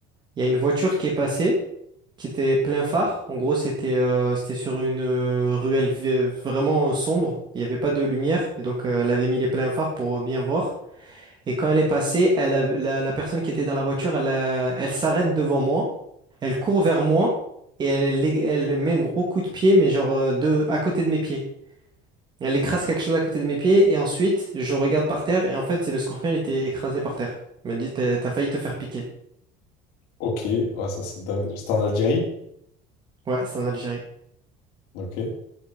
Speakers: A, on the right; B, on the left.
A: Il y a une voiture qui est passée. qui était plein phare. En gros, c'était euh, c'était sur une euh, ruelle vi- vraiment sombre. Il n'y avait pas de lumière. Et donc, euh, elle avait mis les pleins phares pour bien voir. Et quand elle est passée, elle a- la, la personne qui était dans la voiture, elle, a- elle s'arrête devant moi. Elle court vers moi. Et elle, elle, elle met un gros coup de pied, mais genre euh, de, à côté de mes pieds. Elle écrase quelque chose à côté de mes pieds. Et ensuite, je regarde par terre. Et en fait, c'est le scorpion, il était écrasé par terre. Il m'a dit, t'as t'as failli te faire piquer.
B: Ok. Ouais, ça c'est dingue. C'était en Algérie?
A: Ouais, c'est en Algérie.
B: Ok.